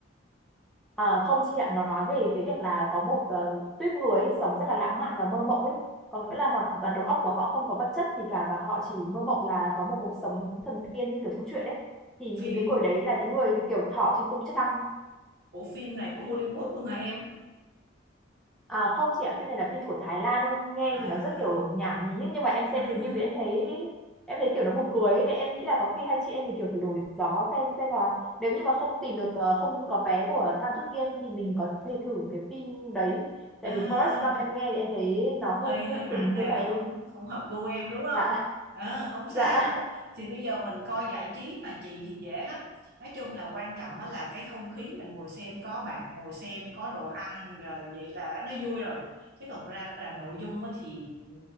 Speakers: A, in the centre; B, on the right.
A: À, không chị ạ, nó nói về cái việc là có một ờ, tuýp người ấy, sống rất là lãng mạn và mơ mộng ấy. Có nghĩa là hoàn toàn đầu óc của họ không có vật chất gì cả và họ chỉ mơ mộng là có một cuộc sống thần tiên như kiểu trong truyện ấy. Thì
B: phim
A: những cái người đấy là những người kiểu thỏ trên cung trăng
B: của phim này của Hollywood luôn hả em
A: À, không chị ạ, phim này là phim của Thái Lan thôi, nghe
B: à
A: thì nó rất kiểu nhảm nhí ấy, nhưng mà em xem
B: à
A: review thì em thấy em thấy kiểu nó buồn cười ấy, nên em nghĩ là có khi hai chị em mình kiểu thử đổi gió xem xem là nếu như mà không tìm được ờ, không có vé của Tham Chut Kiên thì mình có thể thử cái phim đấy. Tại
B: à
A: vì Forrest Gump em nghe thì em thấy nó hơi
B: hơi hơi
A: hơi
B: nặng
A: cứng
B: nề
A: với cả em.
B: không không hợp gu em đúng không
A: Dạ,
B: ờ không sao
A: dạ.
B: thì bây giờ mình coi giải trí mà chị thì dễ lắm nói chung là quan trọng á là cái không khí mình ngồi xem có bạn ngồi xem có đồ ăn rồi vậy là nó vui rồi chứ còn ra là nội dung á thì ừ,